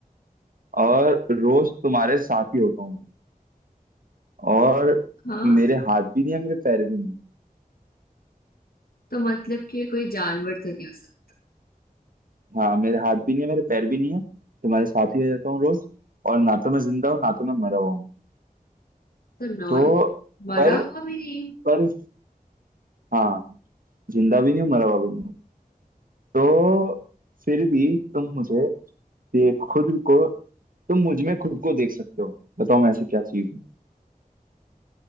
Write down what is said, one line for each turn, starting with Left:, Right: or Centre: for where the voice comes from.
Right: और रोज तुम्हारे साथ ही होता हूँ और
Left: हाँ
Right: मेरे हाथ भी नहीं है मेरे पैर भी नहीं है
Left: तो मतलब कि ये कोई जानवर तो नहीं हो सकता
Right: हाँ मेरे हाथ भी नहीं है मेरे पैर भी नहीं है तुम्हारे साथ ही रहता हूँ रोज और ना तो मैं जिंदा हूँ ना तो मैं मरा हुआ हूँ
Left: तो नॉन
Right: तो
Left: मरा
Right: पर
Left: हुआ भी नहीं हूँ
Right: पर हाँ जिंदा भी नहीं हूँ मरा हुआ भी नहीं हूँ तो फिर भी तुम मुझे ये खुद को तुम मुझ में खुद को देख सकते हो बताओ मैं ऐसी क्या चीज हूँ